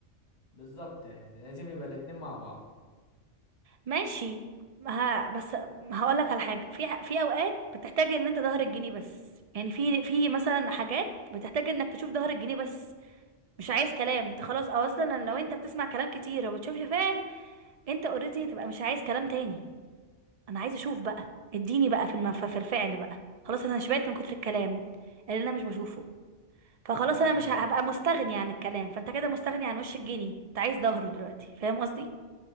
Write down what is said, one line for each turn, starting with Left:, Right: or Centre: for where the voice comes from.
Left: بالظبط يعني لازم يبقى الاتنين مع بعض
Right: ماشي ها بس هقول لك على حاجه في في اوقات بتحتاج ان انت ظهر الجنيه بس يعني في في مثلا حاجات بتحتاج انك تشوف ظهر الجنيه بس مش عايز كلام انت خلاص او اصلا لو انت بتسمع كلام كتير وبتشوفش فعل انت اوريدي هتبقى مش عايز كلام تاني انا عايز اشوف بقى اديني بقى في المف... في الفعل بقى خلاص انا شبعت من كتر الكلام اللي انا مش بشوفه فخلاص
Left: حلو
Right: انا
Left: ما
Right: مش ه- هبقى مستغني عن الكلام فانت كده مستغني عن وش الجني انت عايز ظهره دلوقتي فاهم قصدي